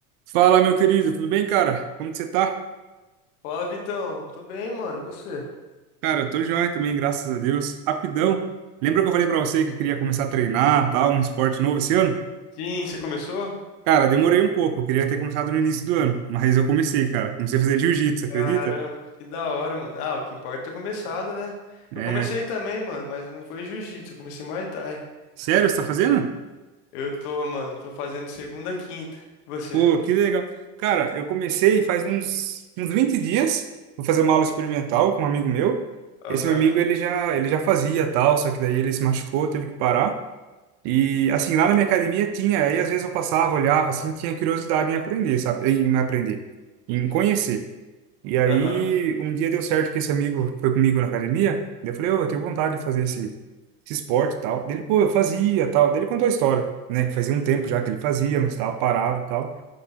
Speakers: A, on the right (about 50°); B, on the left (about 70°).
A: Fala, meu querido, tudo bem, cara? Como que você tá?
B: Fala, Vitão. Tô bem, mano. E Você?
A: Cara, eu tô joia também, graças a Deus. Rapidão. Lembra que eu falei pra você que queria começar a treinar, tal, um esporte novo esse ano?
B: Sim, você começou?
A: Cara, demorei um pouco, eu queria ter começado no início do ano, mas eu comecei, cara. Comecei a fazer jiu-jitsu, acredita?
B: Caramba, que da hora, mano. Ah, o que importa é ter começado, né?
A: É,
B: Eu comecei também, mano, mas não foi jiu-jitsu, eu comecei Muay Thai.
A: sério, você tá fazendo?
B: Eu tô, mano, tô fazendo segunda, a quinta. E Você?
A: Pô, que legal. Cara, eu comecei faz uns uns 20 dias. Vou fazer uma aula experimental com um amigo meu.
B: Aham,
A: Esse meu amigo, ele já, ele já fazia, tal, só que daí ele se machucou, teve que parar. E, assim, lá na minha academia tinha, aí às vezes eu passava, olhava, assim, tinha curiosidade em aprender, sabe? Em em aprender, em conhecer. E aí,
B: aham.
A: um dia deu certo que esse amigo foi comigo na academia, daí eu falei, ô, eu tenho vontade de fazer esse, esse esporte e tal. Dele, pô, eu fazia tal. Daí ele contou a história, né? Que fazia um tempo já que ele fazia, mas estava parado e tal.